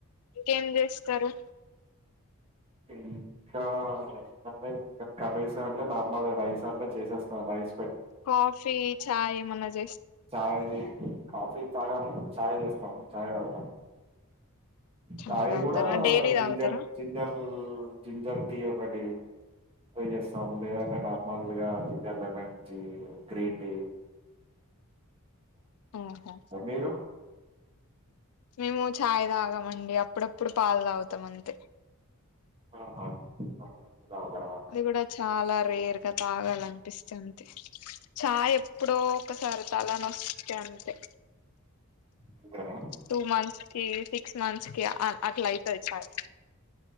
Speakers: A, on the left; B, on the right.
A: ఇంకేం చేస్తారు
B: ఇంకా ఏంటే ఇంకా కర్రీస్ అంటే నార్మల్ రైస్ అంటే చేసేస్తాను రైస్
A: కాఫీ చాయ్ మనజ
B: సాయి కాఫీ తాగాము చాయ్ చేస్తాము చాయ్ తాగుతాం
A: చాయ్
B: సాయి
A: తాగుతారా
B: కూడా
A: డైలీ
B: జింజర్
A: తాగుతారా
B: జింజర్ జింజర్ టీ ఒకటి చేస్తాం లేదంటే నార్మల్గా ginger lemon tea green tea
A: ఓహో
B: మీరు
A: మేము ఛాయ్ తాగమండి అప్పుడప్పుడు పాలు తాగుతాం అంతే
B: ఆహా. <unintelligible>
A: అది కూడా చాలా రేర్ గా తాగాలనిపిస్తుంది. చాయ ఎప్పుడో ఒకసారి తలనొస్తే అంతే
B: అంతేనా
A: టూ మంతస్ కేసి <unintelligible> అట్లాయితాయితాయి